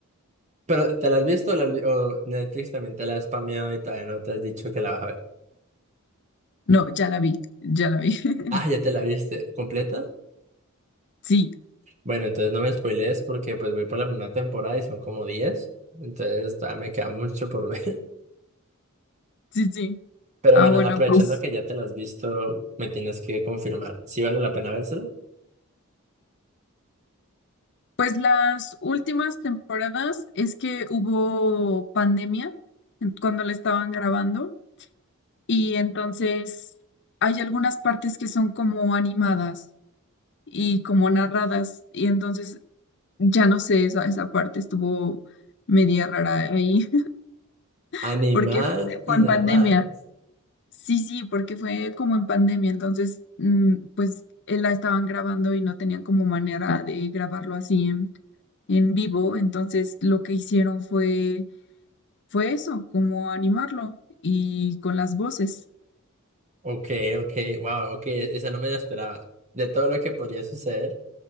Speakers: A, on the right; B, on the left.
A: Pero ¿te la has visto o, la has vi- o Netflix también te la ha spameado y todavía no te has dicho que la vas a ver?
B: No, ya la vi, ya la vi. <laughs>
A: Ah, ya te la viste completa.
B: Sí,
A: Bueno, entonces no me spoilees porque pues voy por la primera temporada y son como diez entonces todavía me queda <laughs> mucho por ver.
B: sí, sí.
A: <laughs> Pero
B: Ah,
A: bueno,
B: bueno,
A: aprovechando
B: pues,
A: que ya te las has visto, me tienes que confirmar. ¿Sí vale la pena vérselo?
B: pues las últimas temporadas es que hubo pandemia en- cuando la estaban grabando y entonces hay algunas partes que son como animadas. y como narradas. Y entonces, ya no sé, esa, esa parte estuvo media rara ahí, <laughs>
A: Animadas
B: porque fue,
A: y
B: fue
A: narradas.
B: en pandemia. Sí, sí, porque fue como en pandemia. Entonces, mm, pues eh, la estaban grabando y no tenían como manera de grabarlo así en, en vivo. Entonces, lo que hicieron fue, fue eso, como animarlo y con las voces.
A: Ok, ok, wow, ok, e- esa no me la esperaba. De todo lo que podría suceder,